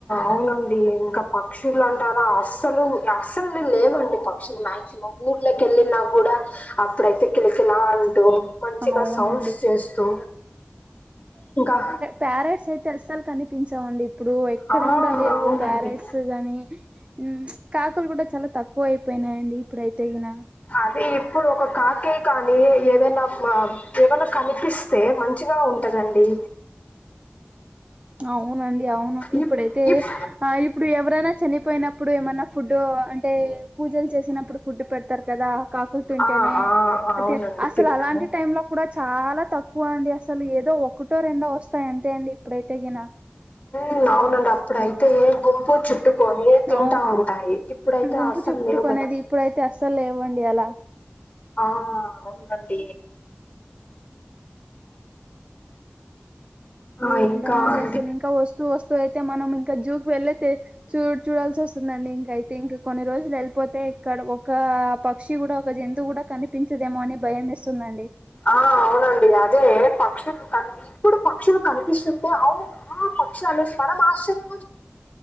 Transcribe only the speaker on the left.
అవునండి ఇంకా పక్షులు అంటారా అస్సలు అస్సలు లేవండి ప మక్సిమం ఊర్లక వెళ్లిన కూడా అప్పుడ అయితే కిల కిల అంటూ మంచిగా
సౌండ్స్ చేస్తూ ఇంకా
ఆ
అవునండి
అదే ఇప్పుడు ఒక కాకే కాని ఏదైనా ఏమైనా కనిపిస్త <unintelligible> తే మంచిగా ఉంటుదండి
ఇప్ ఇప్
ఆ, ఆ, అవునండి
పిండము
ఉం అవునండి అప్పుడయితే గుంపు చుట్టుకొని తింటా
ఉంటాయి ఇప్పుడు అయితే
అసలు
లేవు కద
ఆ అవునండి ఆ
ఇంకా అండి
ఆ అవునండి అదే పక్షులు కని ఇప్పుడు పక్షులు కనిపిస్తుంటే అవు నా పక్షు పక్షులను చూసినాన <unintelligible> ఆశ్చర్య